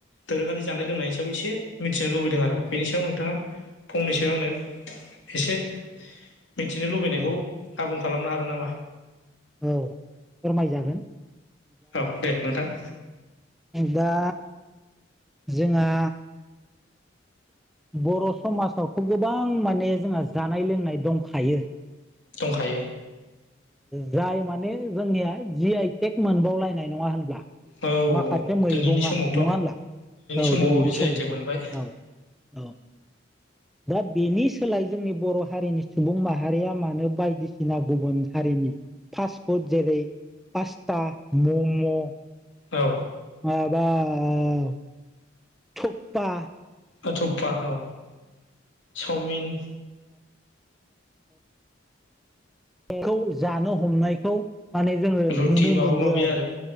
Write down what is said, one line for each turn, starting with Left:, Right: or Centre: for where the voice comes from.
Left: दोरोङारि जानाय लोंनायनि सायाव एसे मिथिनो लुबैदों। आरो बेनि सायाव नोंथाङा फंनैसो आंनो एसे मिथिनो लुबैनायखौ
Centre: औ
Left: आबुं खालामनो हागोन नामा?
Centre: औ फोरमाय जागोन।
Left: औ दे नोंथां।
Centre: दा जोंहा बर' समाजावथ' गोबां माने जोंहा जानाय लोंनाय दंखायो।
Left: दंखायो।
Centre: जाय माने जोंनिया जि आइ टेक मोनबावलायनाय नङा होनब्ला?
Left: औ औ
Centre: माखासे
Left: औ
Centre: मैगंआ
Left: दिनैनि समावथ'
Centre: नङा होनब्ला औ
Left: समाव
Centre: दिनैनि
Left: जि
Centre: समावथ'
Left: आइ टेक मोनबाय
Centre: औ औ दा बेनि सोलाय जोंनि बर' हारिनि सुबुं माहारिया मानो बायदिसिना गुबुन हारिनि फास्ट फुड जेरै पास्ता मम'
Left: औ
Centre: अ बा <unintelligible> थपा
Left: अ तुप्पा औ चावमिन
Centre: बेखौ जानो हमनायखौ माने जोङो
Left: रुटि
Centre: नुनो
Left: माबा
Centre: मोनदों
Left: माबि
Centre: आरो